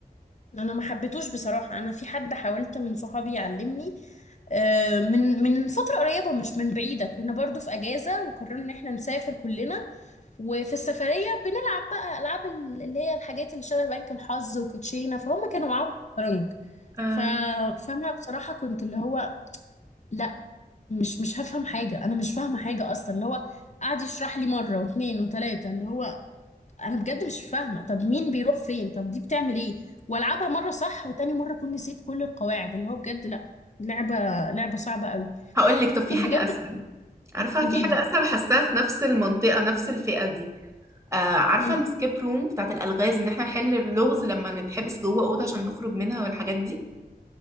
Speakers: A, on the left; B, on the right.
A: انا ما حبيتوش بصراحة انا في حد حاولت من صحابي يعلمني آه، من من فترة قريبة مش من بعيدة كنا برضو في اجازة وقررنا ان احنا نسافر كلنا وفي السفرية بنلعب بقى العاب ال- اللي هي الحاجات اللي شبه بنك الحظ وكوتشينة فهم كانوا معاهم شطرنج
B: آه
A: ف... فانا بصراحة كنت اللي هو لا مش مش هفهم حاجة انا مش فاهمة حاجة اصلا اللي هو قعد يشرح لي مرة واتنين وتلاتة اللي هو انا بجد مش فاهمه طب مين بيروح فين طب دي بتعمل ايه والعبها مره صح وتاني مره اكون نسيت كل القواعد اللي هو بجد لا لعبه لعبه صعبه قوي
B: هقول لك طب في
A: طب
B: حاجه
A: بجد
B: اسهل عارفه
A: قولي
B: في حاجه
A: لي
B: اسهل حاساها في نفس المنطقه نفس الفئه دي آه عارفة
A: مم.
B: السكيب روم بتاعت الألغاز إن احنا نحل اللغز لما نتحبس جوه أوضة عشان نخرج منها والحاجات دي